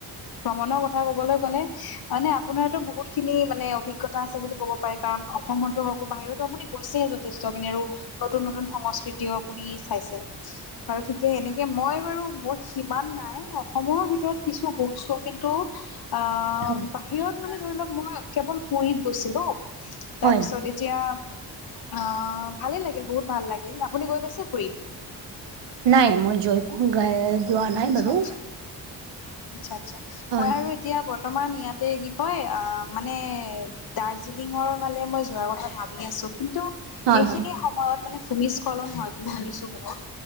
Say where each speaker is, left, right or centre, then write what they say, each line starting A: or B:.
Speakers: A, on the left; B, on the right.
A: ভ্ৰমণৰ কথা ক'বলৈ গ'লে মানে আপোনাতো বহুত খিনি মানে অভিজ্ঞতা। অভিজ্ঞতা আছে বুলি ক'ব পাৰি। কাৰণ অসমতো হওক বা বাহিৰতো আপুনি গৈছেই যথেষ্টখিনি আৰু। নতুন- নতুন সংস্কৃতিও আপুনি চাইছে আৰু ঠিকে এনেকে মই বাৰু। মোৰ সিমান নাই, অসমৰ ভিতৰত কিছু গৈছো কিন্তু আ
B: হয় হয়
A: বাহিৰত। মানে ধৰি লওক মই কেৱল পুৰীত গৈছিলো তাৰ
B: হয়
A: পিছত। এতিয়া অ ভালেই লাগিল বহুত ভাল লাগিল, আপুনি গৈ পাইছে পুৰীত?
B: নাই মই গৈ পোৱা নাই
A: আচ্ছা
B: বাৰু।
A: আচ্ছা আচ্ছা - আচ্ছা
B: হয়
A: মই আৰু এতিয়া বৰ্তমান ইয়াতে কি কয় মানে। দাৰ্জিলিঙ ফালে মই যোৱাৰ কথা ভাবি আছো। কিন্তু
B: হয়
A: এইখিনি
B: হয়
A: সময়ত মানে ভূমিস্খলন হয় বুলি শুনিছো বহুত।